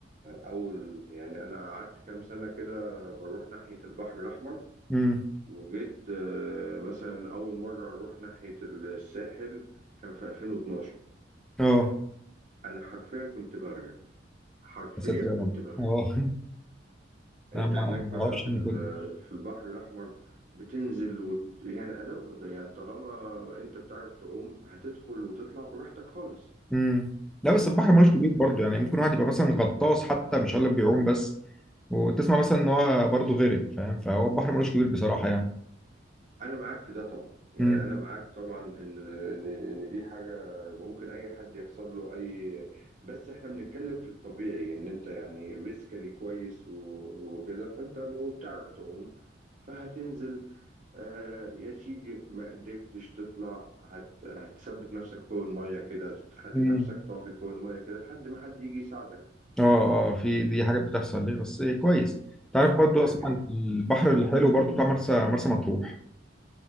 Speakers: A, on the right; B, in the centre.
A: اول يعني انا قعدت كام سنه كده بروح ناحيه البحر الاحمر
B: امم
A: وجيت آه، مثلا اول مره اروح ناحيه الساحل كان في 2012
B: اه
A: انا حرفيا كنت بغرق حرفيا
B: يا ساتر يا
A: كنت
B: رب
A: بغرق
B: اه <laughs>
A: انت
B: انا ما
A: هناك بقى
B: ما اعرفش
A: في
B: انه
A: ال-
B: كده
A: في البحر الاحمر بتنزل وت... يعني ادم يعني طالما انت بتعرف تعوم هتدخل وتطلع براحتك خالص
B: امم لا بس البحر
A: لكن
B: ملوش كبير برضه يعني ممكن واحد يبقى مثلا غطاس حتى مش هقول لك بيعوم بس وتسمع مثلا ان هو برضه غرق فاهم فهو البحر ملوش كبير بصراحه يعني
A: انا معاك في ده طبعا يعني
B: امم
A: انا معاك طبعا ان ان ان دي حاجه ممكن اي حد يحصل له اي بس احنا بنتكلم في الطبيعي ان انت يعني فيزيكالي كويس و- وكده فانت ب- وبتعرف تعوم فهتنزل آه يا سيدي ما قدرتش تطلع هت هتثبت نفسك فوق الميه كده تخلي
B: امم
A: نفسك طافي فوق الميه كده لحد ما حد يجي يساعدك
B: اه اه في دي حاجات بتحصل ليه بس كويس تعرف برضو
A: لكن
B: اسمع عن البحر الحلو برضو بتاع مرسى مرسى مطروح